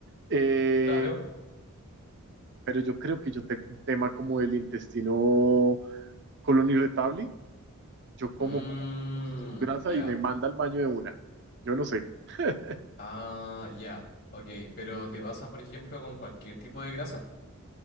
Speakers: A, on the right; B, on the left.
A: Eh,
B: claro,
A: pero yo creo que yo tengo un tema como del intestino colon irritable. Yo como,
B: mm,
A: como cosas con grasa
B: ya,
A: y me manda al baño de una. Yo no sé. <laughs>
B: ah, ya, ok, pero ¿te pasa por ejemplo con cualquier tipo de grasa?